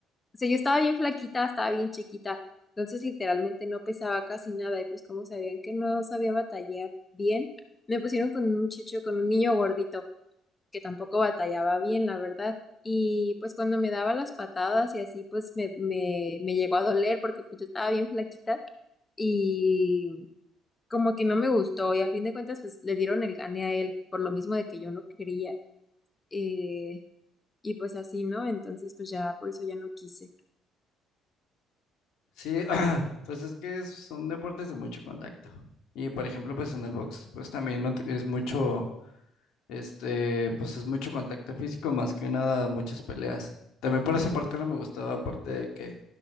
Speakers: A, on the left; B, on the left.
A: o sea, yo estaba bien flaquita, estaba bien chiquita, entonces literalmente no pesaba casi nada y pues como sabían que no sabía batallar bien, me pusieron con un muchacho, con un niño gordito que tampoco batallaba bien, la verdad. Y pues cuando me daba las patadas y así, pues me, me, me llegó a doler porque pues yo estaba bien flaquita y como que no me gustó y a fin de cuentas pues le dieron el gane a él por lo mismo de que yo no quería eh, y pues así, ¿no? Entonces pues ya por eso ya no quise.
B: Sí, <clears throat> pues es que es- son deportes de mucho contacto. Y por ejemplo, pues en el box, pues también no te- es mucho, este, pues es mucho contacto físico, más que nada muchas peleas. También por esa parte no me gustaba, aparte de que,